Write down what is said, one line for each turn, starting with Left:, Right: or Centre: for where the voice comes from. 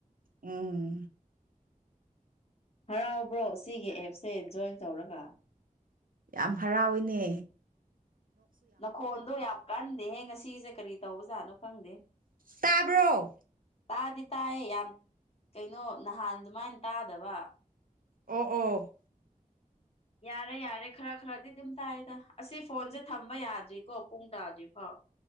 Right: ꯎꯝ꯫
Left: ꯍꯔꯥꯎꯕ꯭ꯔꯣ ꯁꯤꯒꯤ ꯑꯦꯞꯁꯦ ꯖꯣꯏꯟ ꯇꯧꯔꯒ꯫
Right: ꯌꯥꯝ ꯍꯔꯥꯎꯋꯦꯅꯦ꯫
Left: ꯅꯈꯣꯟꯗꯣ ꯌꯥꯝ ꯀꯟꯗꯦꯍꯦ ꯉꯁꯤꯁꯦ ꯀꯔꯤ ꯇꯧꯕꯖꯥꯠꯅꯣ ꯈꯪꯗꯦ꯫
Right: ꯇꯥꯕ꯭ꯔꯣ꯫
Left: ꯇꯥꯗꯤ ꯇꯥꯏꯌꯦ ꯌꯥꯝ ꯀꯩꯅꯣ ꯅꯍꯥꯟ ꯑꯗꯨꯃꯥꯏꯅ ꯇꯥꯗꯕ꯫
Right: ꯑꯣ ꯑꯣ꯫
Left: ꯌꯥꯔꯦ ꯌꯥꯔꯦ ꯈꯔ ꯈꯔꯗꯤ ꯑꯗꯨꯝ ꯇꯥꯏꯗ ꯑꯁꯤ ꯐꯣꯟꯁꯦ ꯊꯝꯕ ꯌꯥꯗ꯭ꯔꯤꯀꯣ ꯄꯨꯡ ꯇꯥꯗ꯭ꯔꯤ ꯐꯥꯎ